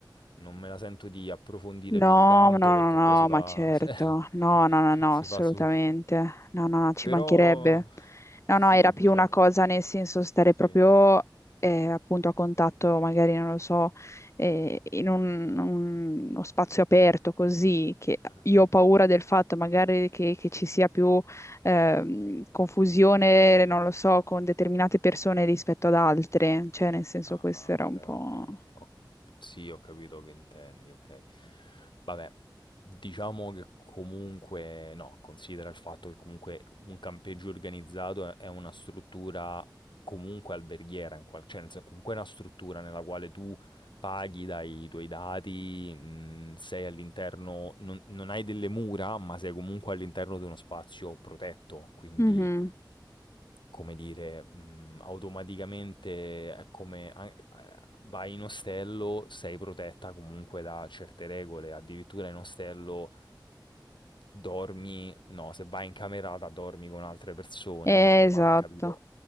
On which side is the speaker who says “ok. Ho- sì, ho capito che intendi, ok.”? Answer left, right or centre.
Left